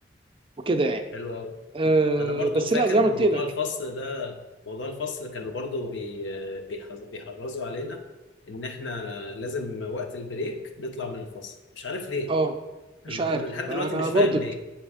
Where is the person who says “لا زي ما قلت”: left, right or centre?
Right